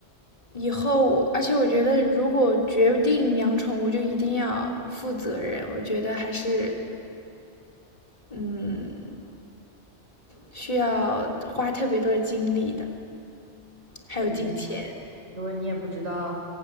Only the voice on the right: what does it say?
肯定啊，因为你也不知道，